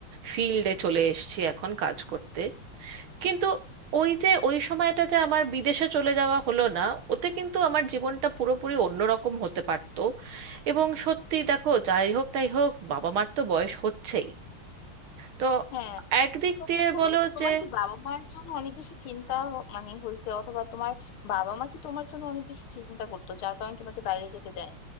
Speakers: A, on the right; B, on the left.
A: ফিল্ডে চলে এসেছি এখন কাজ করতে কিন্তু ওই যে ওই সময়টা যে আমার বিদেশে চলে যাওয়া হলো না ওতে কিন্তু আমার জীবনটা পুরোপুরি অন্যরকম হতে পারতো এবং সত্যি দেখো যাই হোক তাই হোক বাবা মার তো বয়স হচ্ছেই তো
B: হ্যাঁ
A: একদিক
B: তো
A: দিয়ে
B: তোমার
A: বলো
B: তোমার
A: যে
B: কি বাবা মার জন্য অনেক বেশি চিন্তা হ- মানে হয়েছে অথবা তোমার বাবা মা কি তোমার জন্য অনেক বেশি চিন্তা করতো যার কারণে তোমাকে বাইরে যেতে দেয়